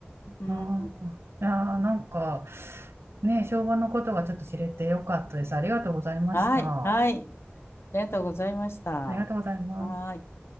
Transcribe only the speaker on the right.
あ。いやーなんか、ね、昭和のことがちょっと知れてよかったです。ありがとうございました。
ありがとうございます。